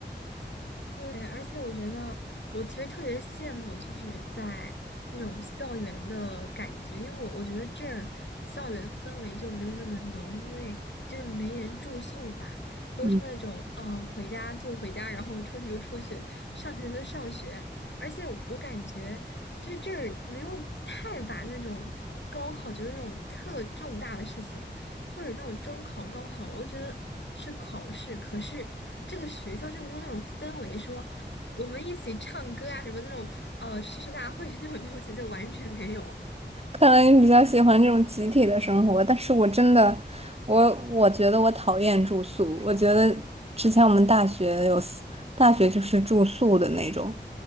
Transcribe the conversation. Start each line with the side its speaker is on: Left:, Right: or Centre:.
Left: 对，而且我觉得我其实特别羡慕，就是在那种校园的感觉，因为我我觉得这儿校园氛围就没有那么浓，因为就是没人住宿嘛，都是那种嗯呃回家就回家，
Right: 嗯。
Left: 然后出去就出去，上学就上学，而且我感觉就是这儿没有太把那种高考就是那种特重大的事情。或者那种中考、高考，我都觉得是考试。可是这个学校就没有那种氛围，说我们一起唱歌啊，什么那种呃诗诗大会 <laughs> 那种东西，就完全没有。
Right: 看来你比较喜欢这种集体的生活，但是我真的，我我觉得我讨厌住宿。我觉得之前我们大学有四，大学就是住宿的那种，